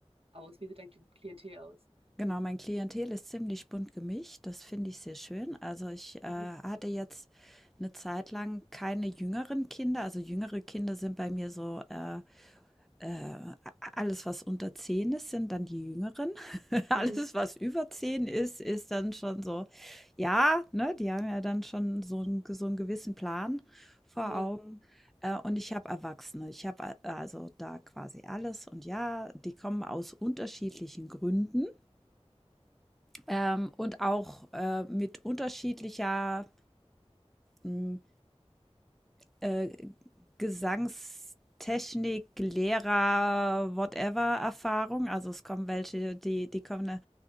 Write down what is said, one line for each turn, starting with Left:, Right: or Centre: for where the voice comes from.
Right: aus? Wie sieht dein Kli- Klientel aus?
Centre: Genau, mein Klientel ist ziemlich bunt gemischt. Das finde ich sehr schön. Also ich äh,
Right: Mhm.
Centre: hatte jetzt eine Zeit lang keine jüngeren Kinder. Also jüngere Kinder sind bei mir so äh, äh, alles, was unter 10 ist, sind dann die Jüngeren. <laughs> Alles,
Right: Mhm.
Centre: was über 10 ist, ist dann schon so, ja, ne, die haben ja dann schon so, einen- so einen gewissen Plan vor
Right: Ja,
Centre: Augen. Äh, und ich habe Erwachsene. Ich habe äh, also da quasi alles. Und ja, die kommen aus unterschiedlichen Gründen ähm, und auch äh, mit unterschiedlicher m, äh, Gesangstechnik, Lehrer, whatever Erfahrung. Also es kommen welche, die, die kommen,